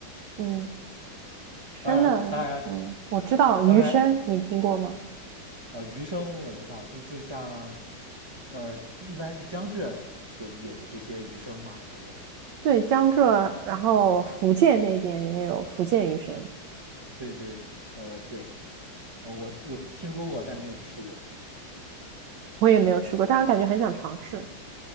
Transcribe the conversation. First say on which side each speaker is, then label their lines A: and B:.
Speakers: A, on the right (about 70°); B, on the right (about 25°).
A: 嗯，生的，
B: 当然，当然，
A: 嗯，我知道鱼生，
B: 当然，
A: 你听过吗？
B: 呃，鱼生我知道，就就像呃，一般是江浙有有这些鱼生吗？还是
A: 对，江浙，然后福建那边也有福建鱼生。
B: 对对，呃对，呃我我听说过，但没有吃过。
A: 我也没有吃过，但我感觉很想尝试。